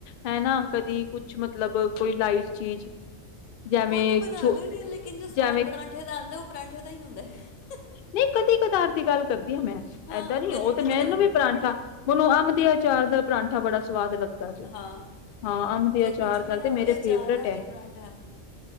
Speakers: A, on the left; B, on the left.
A: ਹੈਨਾ ਕਦੀ ਕੁਛ ਮਤਲਬ ਕੋਈ ਲਾਈਟ ਚੀਜ਼। ਜਿਵੇਂ
B: ਉਹ ਤੇ ਬਣਾ
A: ਛੋ
B: ਲੈਦੀ ਆਹ ਲੇਕਿਨ ਜੋ ਸਵਾਦ
A: ਜਿਵੇਂ
B: ਪਰਾਂਠੇ ਦਾ ਆਉਂਦਾ ਉਹ ਪਰਾਂਠੇ ਦਾ ਪਤਾ ਹੀ ਹੁੰਦਾ। ਹੈ।
A: ਨਹੀਂ, ਕਦੀ ਕਦਾਰ ਦੀ ਗੱਲ ਕਰਦੀ ਆ ਮੈਂ,
B: ਹਾਂ
A: ਇਂਦਾ ਨੀ
B: ਕਦੀ
A: ਉਹ ਤੇ
B: ਕਦਾਰ
A: ਮੈਂ ਮੈਨੂੰ ਵੀ ਪਰਾਂਠਾ ੳਹਨੂੰ ਅਮ ਦੇ ਆਚਾਰ ਦਾ ਪਰਾਂਠਾ ਬੜਾ ਸਵਾਦ ਲੱਗਦਾ। <unintelligible>
B: ਹਾਂ
A: ਹਾਂ ਅੰਬ ਦੇ
B: ਜੇ
A: ਅਚਾਰ
B: ਕੁਛ ਵੀ
A: ਨਾਲ
B: ਨਾ
A: ਮੇਰੇ
B: ਹੋਏ ਅਚਾਰ
A: ਫੇਵਰੇਟ
B: ਨਾਲ
A: ਹੈ।
B: ਹੀ ਪਰਾਂਠਾ